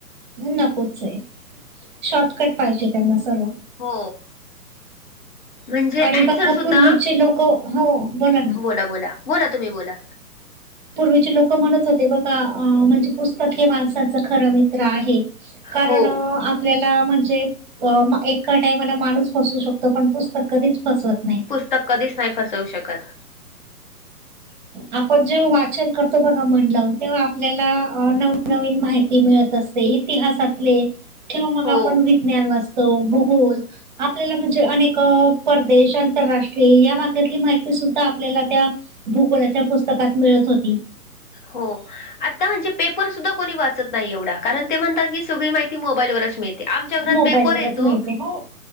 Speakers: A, on the right; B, on the left.
A: नकोच आहे शॉर्टकट पाहिजे त्यांना सर्व
B: हो. म्हणजे
A: आणि
B: अन्सर
A: बघा
B: सुद्धा,
A: पूर्वीचे लोक हो ना
B: बोला बोला बोला तुम्ही बोला
A: पूर्वीचे लोक म्हणत होते बघा अह म्हणजे पुस्तक हे माणसांचं खरं मित्र आहे. कारण
B: हो
A: अह आ पल्याला म्हणजे एका टाइमाला माणूस फसवू शकतो पण पुस्तक कधीच फसवत नाही
B: पुस्तक कधीच नाही फसवू शकत ह
A: आपण जेव्हा वाचन करतो बघा मन लावून तेव्हा आपल्याला नवनवीन माहिती मिळत असते इतिहासातले किंवा मग
B: हो.
A: आपण विज्ञान वाचतो, भूगोल आपल्याला म्हणजे अनेक परदेश आंतरराष्ट्रीय या भागातली माहिती सुद्धा आपल्याला त्या भूगोलाच्या पुस्तकात मिळत होती
B: हो. आता म्हणजे पेपर सुद्धा कोणी वाचत नाही एवढा कारण ते म्हणतात की सगळी माहिती मोबाईलवरच मिळते. आमच्या घरात
A: मोबाईलवरच
B: पेपर येतो
A: मिळते हो